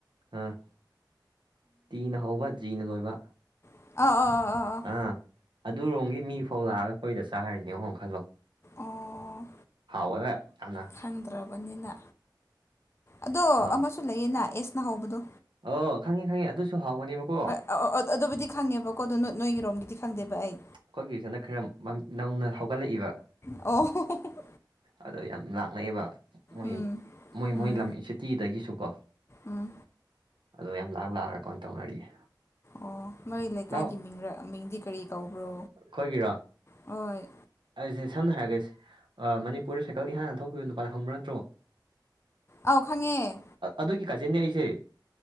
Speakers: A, on the right (about 80°); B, on the left (about 35°).
A: ꯑꯥ ꯇꯤꯅ ꯍꯧꯕ ꯖꯤꯅ ꯂꯣꯏꯕ
B: ꯑ ꯑ ꯑ
A: ꯑꯥ ꯑꯗꯨꯔꯣꯝꯒꯤ ꯃꯤ ꯐꯥꯎ ꯂꯥꯛꯑꯒ ꯑꯩꯈꯣꯏꯗ ꯆꯥꯔꯤꯅꯦ ꯈꯜꯂꯣ
B: ꯑꯣ
A: ꯍꯥꯎꯋꯦꯕ ꯌꯥꯝꯅ
B: ꯈꯪꯗ꯭ꯔꯕꯅꯤꯅ ꯑꯗꯣ
A: ꯍꯥꯎ
B: ꯑꯃꯁꯨ ꯂꯩꯌꯦꯅ ꯑꯦꯁꯅ ꯍꯧꯕꯗꯣ
A: ꯑꯣ ꯈꯪꯉꯦ ꯈꯪꯉꯤ ꯑꯗꯨꯁꯨ ꯍꯥꯎꯕꯅꯦꯕꯀꯣ
B: ꯑ ꯑꯗꯨꯕꯨꯗꯤ ꯈꯪꯉꯦꯕꯀꯣ ꯑꯗꯣ ꯅ‌ꯣꯏ ꯅꯣꯏꯒꯤꯔꯣꯝꯒꯤꯗꯤ ꯈꯪꯗꯦꯕ ꯑꯩ
A: ꯑꯩꯈꯣꯏꯒꯤꯁꯅ ꯈꯔ ꯅ ꯅꯧꯅ ꯍꯧꯒꯠꯂꯛꯏꯕ
B: ꯑꯣ <unintelligible>
A: ꯑꯗ‌ꯣ ꯌꯥꯝ ꯂꯥꯛꯅꯩꯕ ꯃꯣꯏ
B: ꯎꯝ
A: ꯃꯣꯏ
B: ꯎꯝ
A: ꯃꯣꯏ ꯂꯝ ꯁꯤꯇꯤꯗꯒꯤꯁꯨꯀꯣ
B: ꯎꯝ
A: ꯑꯗꯣ ꯌꯥꯝ ꯂꯥꯛ ꯂꯥꯛꯑꯒ ꯀꯣꯟ ꯇꯧꯅꯔꯤꯌꯦ
B: ꯑꯣ ꯅ‌ꯣꯏ ꯂꯩꯀꯥꯏꯒꯤ
A: ꯂꯥꯎ
B: ꯃꯤꯡꯔ ꯃꯤꯡꯗꯤ ꯀꯔꯤ ꯀꯧꯕ꯭ꯔꯣ
A: ꯑꯩꯈꯣꯏꯒꯤꯔꯣ
B: ꯍ‌ꯣꯏ
A: ꯑꯩꯖ‌ꯦ ꯁꯝꯅ ꯍꯥꯏꯔꯒꯦꯁ ꯑꯥ ꯃꯅꯤꯄꯨꯔꯗ ꯁꯥꯏꯀꯜ ꯏꯍꯥꯟ ꯍꯥꯟꯅ ꯊꯧꯈꯤꯕ ꯅꯨꯄꯥꯗ‌ꯣ ꯈꯪꯕ ꯅꯠꯇ꯭ꯔꯣ
B: ꯑꯥꯎ ꯈꯪꯉꯦ
A: ꯑꯗꯨꯒꯤ ꯀꯥꯖꯤꯟꯅꯦ ꯑꯩꯁꯦ